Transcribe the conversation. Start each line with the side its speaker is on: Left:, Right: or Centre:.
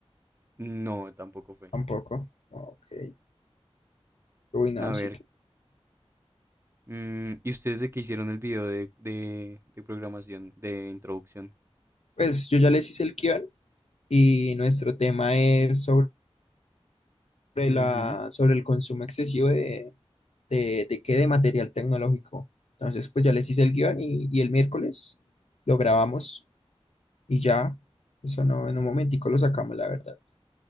Right: No, tampoco fue.
Left: Tampoco. Ok. Uy, no,
Right: A
Left: sí
Right: ver,
Left: que...
Right: mm, ¿y ustedes de qué hicieron el video de, de, de programación, de introducción?
Left: Pues yo ya les hice el guión y nuestro tema es sobre la,
Right: Ujú.
Left: sobre el consumo excesivo de, de, de qué, de material tecnológico. Entonces, pues ya les hice el guión y, y el miércoles lo grabamos y ya, eso no, en un momentico lo sacamos, la verdad.